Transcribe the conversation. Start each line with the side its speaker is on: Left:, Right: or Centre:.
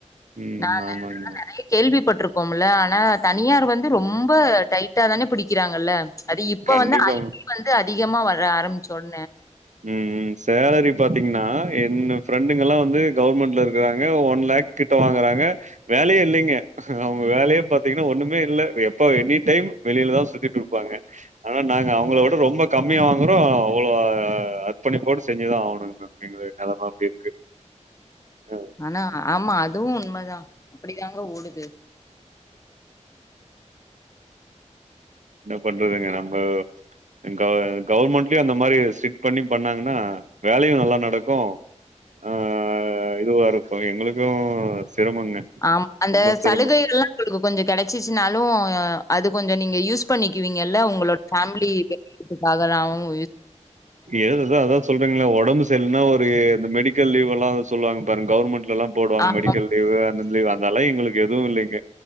Right: ம்
Left: நா
Right: ஆமாங்க
Left: நெறைய கேள்விப்பட் இருக்கோம்ல ஆனா தனியார் வந்து ரொம்ப டைட்டா தானே பிடிக்கிறாங்கல்ல அது இப்ப
Right: கண்டிப்பா
Left: வந்து ஐ டி வந்து அதி திகமா வர ஆரம்பிச்சோன
Right: ம்ம் சேலரி பாத்தீங்ன்னா என்ன ஃப்ரெண்டுங்கல்லா வந்து கவர்மெண்ட்ல இருக்றாங்க ஒன் லேக் கிட்ட வாங்குறாங்க வேலயே இல்லைங்க அவுங்க வேலயே பத் தீங்கனா ஒண்ணுமே இல்ல எப்ப எனி டைம் வெளியில தா சுத்திட்டு இருப்பாங்க ஆனா நாங்க அவங்களோட ரொம்ப கம் மியா வாங்குறோ அவ்ளோ அ அர்பணிப்போடு செஞ்சுதா ஆகணு அப்டிங்கிற நெலம அப்டி இருக்கு அஹ்
Left: ஆனா ஆமா அதுவு உண்மதா அப்டி தாங்க ஓடுது
Right: என்ன பண்றதுங்க நம்ப க கவர்மெண்ட்லயு அந்த மாரி ஸ்ட்ரிக்ட் பண்ணி பண்ணாங்ன்னா வேலயு நல்லா நடக்கு ஆஹ் இதுவா இருக்கு எங்களுக்கு சிரமங்க
Left: ஆமா அந்த
Right: ரொம்ப சிரமம்
Left: சலுகைல்லா உங்களுக்கு கொஞ்ச கெடச்சிச்சுனாலு அது கொஞ்ச நீங்க யூஸ் பண்ணிக்கிவீங்கல்ல உங்களோட ஃபேமிலி பெனிஃபிட்டுகாக தா அவ்ங்
Right: எ அததா அதா சொல்றீங்களா ஒடம்பு செரிலனா ஒரு அந்தமாரி லீவ்ல்லா சொல்லுவாங்கபாரு கவர்ன்மெண்ட் லல்லா போடுவாங்க
Left: ஆமா
Right: மெடிக்கல் லீவு அந்தந்த லீவ் அதெல்லா எங்களுக்கு எதுவு இல்லைங்க